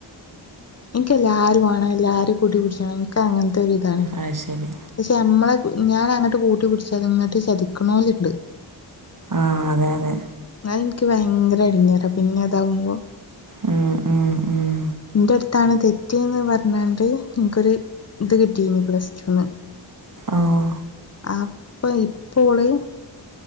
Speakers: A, on the left (about 35°); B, on the right (about 45°).
A: എനിക്കെല്ലാരും വാണം എല്ലാരും കൂടി <unintelligible> ൻക്കങ്ങൻ ഇതൊരിതാണ്
B: അത് ശരി
A: പക്ഷെ മ്മളെ ഞാനങ്ങട്ട് കൂട്ടി പിടിച്ചാലിങ്ങട്ട് ചതിക്കണോല്ണ്ട്
B: ആ അതെ അതെ
A: എനിക്ക് ഭയങ്കര അടിഞ്ഞേറ പിന്നെ അതാാവുമ്പോ.
B: ഉം ഉം ഉം
A: ന്റ അടുത്താണ് തെറ്റ്ന്ന് പറഞ്ഞണ്ട് നിനക്ക്ൊരു ഇത് കിട്ടിനി പ്ലസ് ച്ചൊന്ന്
B: ആവൊ
A: അപ്പൊ ഇപ്പോള്